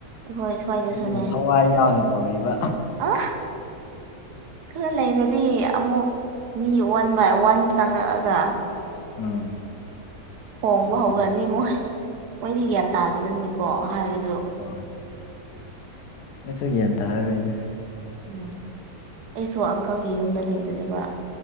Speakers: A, on the right (about 85°); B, on the left (about 85°).
A: ꯑꯩꯈꯣꯏ ꯁ꯭ꯋꯥꯏꯗꯁꯨꯅꯦ
B: ꯑꯁꯤꯅ ꯊꯋꯥꯏ ꯌꯥꯎꯅ ꯇꯧꯔꯤꯕ
A: ꯑ ꯈꯔ ꯂꯩꯔꯗꯤ ꯑꯃꯨꯛ ꯃꯤ ꯋꯥꯟ ꯕꯥꯏ ꯋꯥꯟ ꯆꯪꯉꯛꯑꯒ
B: ꯑꯥ
A: ꯈꯣꯡꯕ
B: ꯎꯝ
A: ꯍꯧꯔꯅꯤ ꯃꯣꯏ ꯃꯣꯏꯗꯤ ꯒ꯭ꯌꯥꯟ ꯇꯥꯗꯕꯅꯤꯀꯣ ꯍꯥꯏꯔꯁꯨ
B: ꯑ ꯃꯣꯏꯁꯨ ꯒ꯭ꯌꯥꯟ ꯇꯥꯔꯔꯣꯏꯅꯦ
A: ꯎꯝ ꯑꯩꯁꯨ ꯑꯪꯀꯜꯒꯤ ꯌꯨꯝꯗ ꯂꯩꯕꯅꯦꯕ